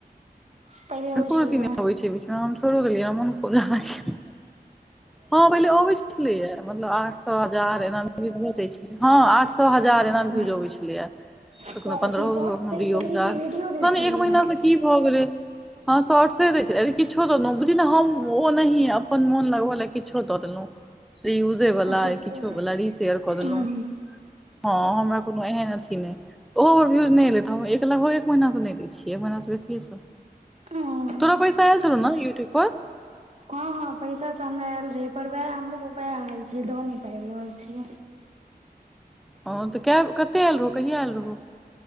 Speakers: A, on the right; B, in the centre.
A: पहिले अबै
B: एको रति
A: छलौ
B: नै
A: हे
B: आबै छै बीच मे हम छोड़ो देलियै <unintelligible> हां पहिले अबै छलैया मतलब आठ सौ हजार एना कऽ के व्यूज जाय छलै हां आठ सौ हजार
A: अच्छा
B: एना भ्यूज आबै छलैया। कखनो
A: तऽ
B: पन्द्रहो
A: अथी शॉर्ट्स
B: सौ, कखनो
A: दै
B: दुइओ
A: छलही
B: हजार
A: कि वीडियो
B: पता
A: दै छलही
B: नै एक महीना
A: हे
B: से की भऽ गेलै। हां शॉर्ट्से दै छै अरे किछो देलो बूझि न हम ओनैहिये अपन मोन लगबा लेल किछो दऽ देलो रियूज दे बला
A: अच्छा
B: या
A: से
B: किछो
A: हूं
B: बला, रीशेयर कऽ देलो,
A: हूं
B: हां हमरा कु कुनु एहन अथी नै ओहो भ्यूज नै एले त हम लगभग एक महीना से नै दै छियै, एक महीना से बेसिये से
A: ओ
B: तोरा पैसा आएल छलौ ने यूट्यूब पर।
A: हां-हां पैसा तऽ हमरा आएल रहै, पर वाएह हमरो वाएह हाल छै द नै पाएब रहल छियै।
B: हां तऽ काए कते आएल रहो, कहिया आएल रहो।